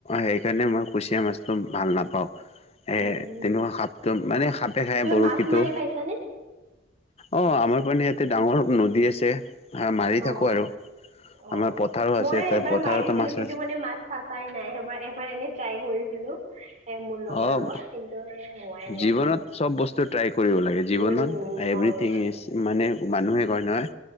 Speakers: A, on the left; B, on the right.
A: সেইকাৰণে মই কুচিয়া মাছটো ভাল নাপাওঁ। এ
B: উম
A: তেনেকুৱা সাপটো মানে সাপে খায়
B: তুমি
A: বৰশীটো।
B: মাছ মাৰি পাইছানে?
A: অ, আমাৰ মানে ইয়াতে ডাঙৰ নদী আছে, আহ মাৰি
B: অ'
A: থাকো আৰু।
B: অ,
A: আমাৰ পথাৰো আছে
B: মই
A: ত
B: এবাৰ
A: পথাৰতো
B: মাৰিছিলো।
A: মাছ
B: কিন্তু
A: আছে
B: মানে মাছ ফাচাই নাই। সেইবাৰ এবাৰ এনে ট্ৰাই কৰিছিলো এ মোৰ লগৰ
A: অ
B: লগত কিন্তু এ হোৱাই নাই
A: জীৱনত চব বস্তু ট্ৰাই কৰিব লাগে। জীৱনত
B: উম
A: এভৰিথিং
B: হয় হয়
A: ইজ মানে মানুহে কয় নহয়